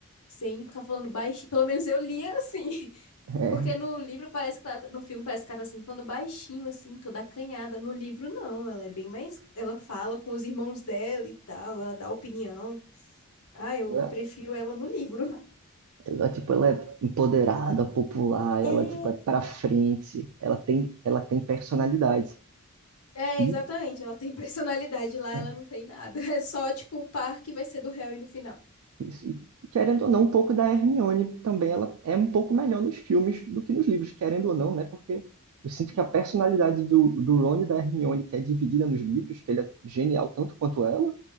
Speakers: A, on the left; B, on the right.
A: sem ficar falando baixinho. Pelo menos eu lia assim. <laughs>
B: <laughs>
A: Porque no livro parece que ela, tá- no filme parece que ela tá assim, falando baixinho, assim, toda acanhada. No livro, não, ela é bem mais. Ela fala com os irmãos dela e tal, ela dá opinião. Ah, eu
B: É.
A: prefiro ela no livro. <laughs>
B: Ela, tipo, ela é empoderada, popular,
A: É,
B: ela, tipo, é pra frente, ela tem, ela tem personalidade.
A: é,
B: E
A: exatamente. Ela tem <laughs> personalidade lá, ela
B: é,
A: não tem nada. É só, tipo, o par que vai ser do Harry no final.
B: Isso. E querendo ou não, um pouco da Hermione também, ela é um pouco melhor nos filmes do que nos livros, querendo ou não, né? Porque eu sinto que a personalidade do, do Ron e da Hermione, que é dividida nos livros, que ele é genial tanto quanto ela,